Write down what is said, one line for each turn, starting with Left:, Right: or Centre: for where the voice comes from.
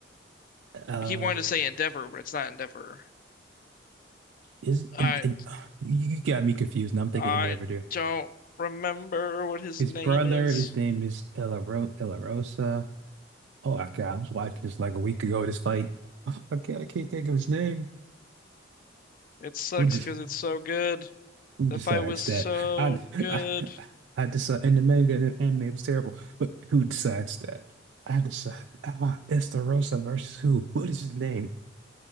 Right: uh,
Left: I keep wanting to say Endeavor, but it's not Endeavor.
Right: is
Left: I
Right: and and <sighs> you you got me confused. and I'm thinking
Left: I
Right: it never do.
Left: don't remember what his
Right: His
Left: name
Right: brother,
Left: is.
Right: his name is Elarosa. Elarosa. Oh my I was watching this like a week ago, this fight. <laughs> Oh God, I can't think of his name.
Left: It sucks
Right: Who de
Left: because it's so good.
Right: who
Left: The
Right: decides
Left: fight was so
Right: that? I
Left: good.
Right: I, I decide in the manga and the anime it was terrible, but who decides that? I decide ah, it's the Rosa versus who? What is his name?